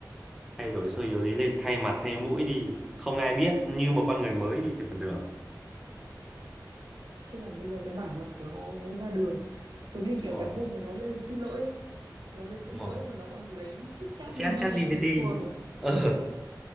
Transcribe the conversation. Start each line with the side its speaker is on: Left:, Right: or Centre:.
Centre: thay đổi sơ yếu lý lịch thay mặt thay mũi đi không ai biết như một con người mới đi thì còn được
Right: chứ còn bây giờ cái bả mặt của nó ra đường giống như
Centre: đúng
Right: kiểu
Centre: rồi
Right: cái hôm mà nó lên xin lỗi ấy. nó lên xin
Centre: đúng rồi
Right: lỗi mà nó còn lấy chat GPT
Centre: chat chat GPT
Right: thì thua rồi
Centre: ờ